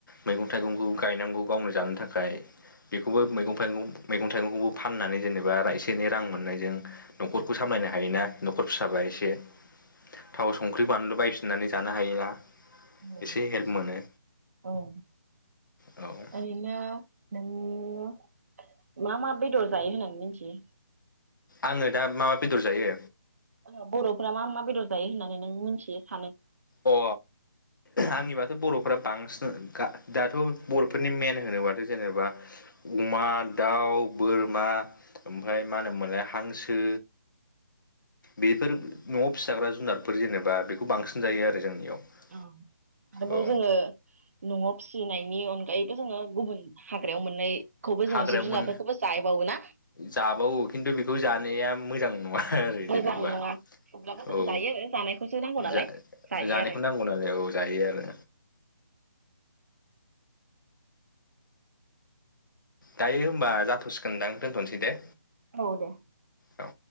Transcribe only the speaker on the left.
मैगं थाइगंखौ गायनांगौ गावनो जानो थाखाय बेखौबो मैगं फाइगं मैगं थाइगंखौबो फाननानै जेनेबा एसे एनै रां मोननायजों न'खरखौ सामलायनो हायोना। न'खर फिसाबा एसे थाव संख्रि बानलु बायफिननानै जानो हायोना।
एसे हेल्प
मोनो
औ
आङो दा मा बेदर जायो
अ आंनिबाथ बरफ्रा बांसिन गा दाथ बरफोरनि मेन होनोबाथाय जेनेबा अमा दाउ बोरमा ओमफाय मा होनोमोनलाय हांसो बेफोर न'आव फिसाग्रा जुनारफोर जेनेबा बेखौ बांसि जायो आरो जोंनियाव।
औ
हाग्रायाव
मोन
जाबावो खिन्थु बेखौ जानाया
मोजां नङा आरो
जेनेबा
औ
जा-जानायखौ
नांग अनानै औ जायो आरो। दायो होमबा जाथ'सिगोनदां दोनथ'नोसै दे?
औ